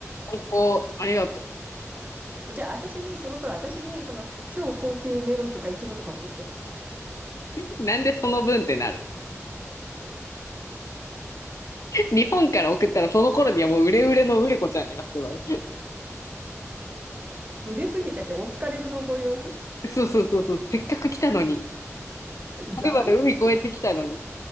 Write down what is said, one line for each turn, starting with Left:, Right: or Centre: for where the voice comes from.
Left: 最高。ありがと
Right: じゃあ、私に、その分、私に、その、超高級メロンとかイチゴとか送って。
Left: う。なんでその分ってなる日本から送ったらその頃にはもう売れ売れの売れ子ちゃんになってるわよ。
Right: 売れすぎちゃって、お疲れのご様子。
Left: そうそうそうそう。せっかく来たのに。あれはるばる海越えてきたのに。
Right: 残念すぎ、